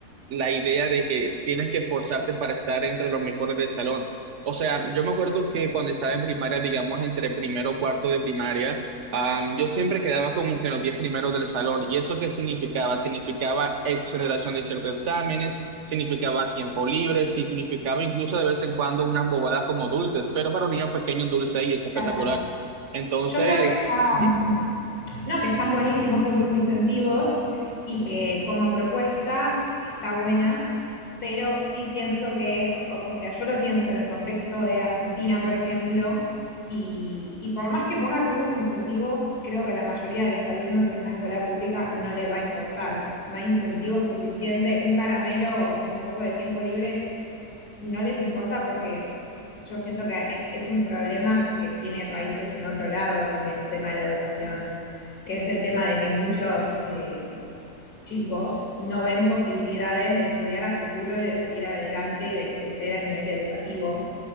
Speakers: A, on the right; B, on the left.
A: la idea de que tienes que esforzarte para estar entre los mejores del salón. O sea, yo me acuerdo que cuando estaba en primaria, digamos entre primero o cuarto de primaria, Am, yo siempre quedaba como que en los 10 primeros del salón. ¿Y eso qué significaba? Significaba exoneración de ciertos exámenes, significaba tiempo libre, significaba incluso de vez en cuando unas bobadas como dulces, pero para un niño pequeño un dulce ahí es espectacular.
B: Claro.
A: Entonces,
B: Yo creo que están,
A: ujú,
B: no, que están buenísimos esos incentivos y que como propuesta está buena, pero sí pienso que, o, o sea, yo lo pienso en el contexto de Argentina, por ejemplo, y, y por más que pongas esos incentivos, creo que a la mayoría de los alumnos en una escuela pública no le va a importar. No hay incentivo suficiente, un caramelo o un poco de tiempo libre no les importa porque yo siento que eh, es un problema que tiene raíces en otro lado también el tema de la educación, que es el tema de que muchos eh, chicos no ven posibilidades de estudiar a futuro y de salir adelante y de crecer a nivel educativo,